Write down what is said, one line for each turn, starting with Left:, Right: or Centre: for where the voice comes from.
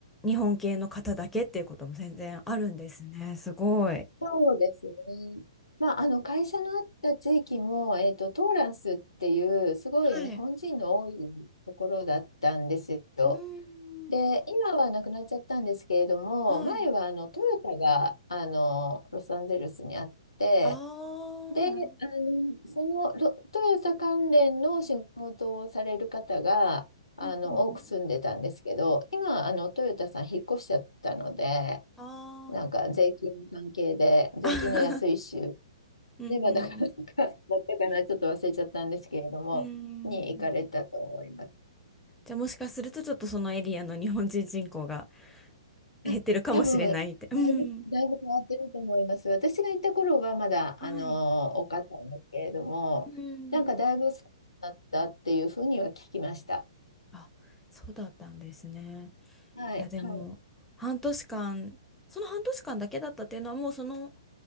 Centre: 日本系の方だけっていうことも全然あるんですね。すごい。
Left: そうですね。まあ、あの会社のあった地域も、えーと、トーランスっていうすごい日本人の多いところだったんですよ。
Centre: はいうーん。
Left: で、今はなくなっちゃったんですけれども、
Centre: はい。
Left: 前はあのトヨタがあのロサンゼルスにあって、
Centre: あ
Left: で、
Centre: あ、なるほど。
Left: あのそのロトヨタ関連の仕事をされる方があの多く住んでたんですけど、
Centre: うんうんうん。
Left: 今あのトヨタさん引っ越しちゃったので、
Centre: あ
Left: なんか税金の関係で、税金の安い州、
Centre: あ。<laughs> うんう
Left: ネバダかなんか、
Centre: ん
Left: だったかな、
Centre: うん。
Left: ちょっと忘れちゃったんですけれども、
Centre: うーん。
Left: に行かれたと思います。
Centre: じゃあもしかするとちょっとそのエリアの日本人人口が減ってるかもしれないって。
Left: あ、多分、
Centre: うん。
Left: だいぶ、だいぶ変わってると思います。私が行った頃はまだ、
Centre: はい。
Left: あの、多かったんですけれども、
Centre: うん。
Left: なんかだいぶ少なくなったっていうふうには聞きました。
Centre: あ、そうだったんですね。
Left: はい。
Centre: いやでも半年間、
Left: はい
Centre: その半年間だけだったっていうのはもうその